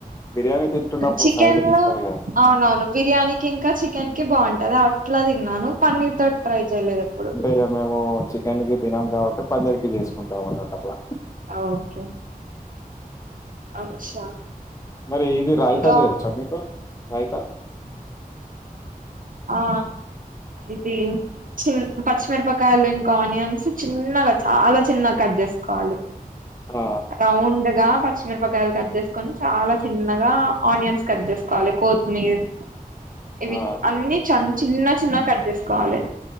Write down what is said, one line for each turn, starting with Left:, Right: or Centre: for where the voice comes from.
Left: బిర్యానీ తింటున్నప్పుడు
Right: చికెన్
Left: సైడ్ కి
Right: లో
Left: ఇస్తారు కదా
Right: అవునవును బిర్యానీ క ఇంకా చికెన్ కి బాగుంట అది అట్లాదిిన్నాను పన్నీర్ త ట్రై చేయలేదు ఎప్పుడు
Left: బే మేము చికెన్ కి తినం కాబట్టి పన్నర్ క వేసుకుంటాం అన్నట అట్లా
Right: ఓకే అచ్చా
Left: మరి ఏది రాయితజ
Right: ఇంకా
Left: వచ్చా మీతో రయిత
Right: ఆ ఇది చి పచ్చిమిరపకాయలు ఇంకా ఆనియన్స్ చిన్నగా చాలా చిన్నగా కట్ చేసుకోవాలి
Left: ఆ
Right: రౌండ్గా పచ్చిమిరపకాయలు కట్ చేసుకొని చాలా చిన్నగా ఆనియన్స్ కట్ చేసుకోవాలి కో నరు ఇవి
Left: ఆ
Right: అన్నిీ చిన్న చిన్న కట్ చేసుకోవాలి